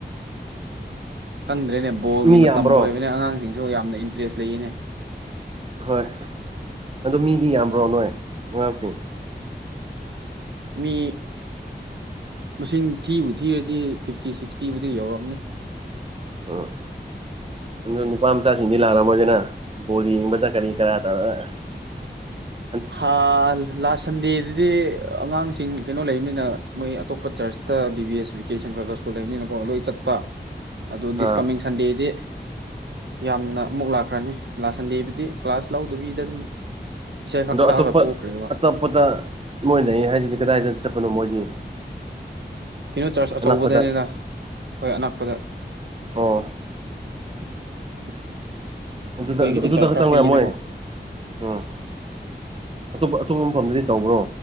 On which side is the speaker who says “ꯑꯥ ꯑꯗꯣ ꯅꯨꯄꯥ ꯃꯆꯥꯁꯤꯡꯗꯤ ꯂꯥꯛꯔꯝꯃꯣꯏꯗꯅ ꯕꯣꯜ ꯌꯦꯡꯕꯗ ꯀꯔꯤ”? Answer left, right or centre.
Right